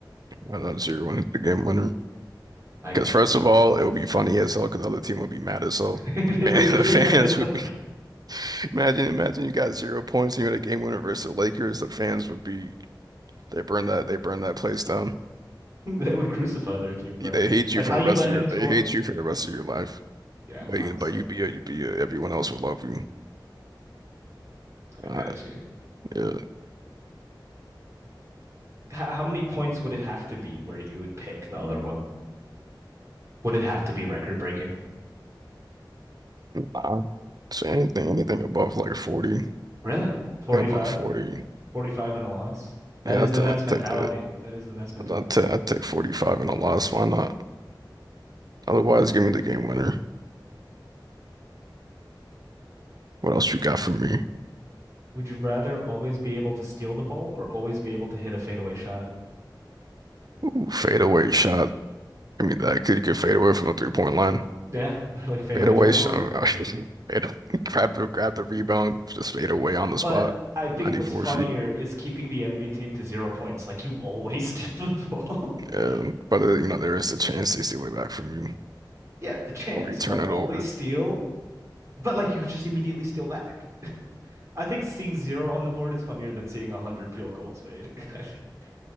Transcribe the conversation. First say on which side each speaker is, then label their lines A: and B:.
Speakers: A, on the right (about 55°); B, on the right (about 40°).
A: I'm zeroing the game winner.
B: I got
A: Because first
B: you.
A: of all, it would be funny as hell because the other team would be mad as hell.
B: <laughs> They
A: And
B: would be
A: <laughs> the fans
B: mad at them.
A: would be <laughs> imagine imagine you got zero points and you had a game winner versus the Lakers. The fans would be they burn that they burn that place down.
B: They would crucify their team, bro.
A: They hate
B: Like
A: you for
B: how
A: the
B: you
A: rest
B: let
A: of
B: him
A: your they
B: score.
A: hate you for the rest of your life.
B: Yeah,
A: But
B: honestly.
A: you but you be a, you be a, everyone else would love you.
B: I
A: Uh,
B: got you.
A: yeah.
B: How, how many points would it have to be where you would pick the other one? Would it have to be record-breaking?
A: Uh, so anything anything above like 40,
B: Really? 45?
A: yeah, above 40.
B: 45 and a loss? That
A: Yeah,
B: is
A: i t
B: the Nets
A: I
B: mentality.
A: take that.
B: That is the Nets mentality.
A: I'd, t I take 45 in a loss. Why not? Otherwise, give me the game winner. What else you got for me?
B: Would you rather always be able to steal the ball or always be able to hit a fadeaway shot?
A: Ooh, fadeaway shot. I mean, that could get fade away from the three point line.
B: Yeah, <laughs> like fadeaway
A: Fadeaway
B: full court.
A: shot. <laughs> Fade, grab the grab the rebound, just fade away on the spot.
B: But I think
A: 94
B: what's funnier
A: feet.
B: is keeping the enemy team to zero points. Like you always <laughs> steal the ball. <laughs>
A: Yeah, but uh, you know there is a chance they steal it back from you,
B: Yeah, the chance,
A: or you turn
B: but
A: it
B: always
A: over.
B: steal. But like you just immediately steal back. I think seeing zero on the board is funnier than seeing a hundred field goals made. <laughs>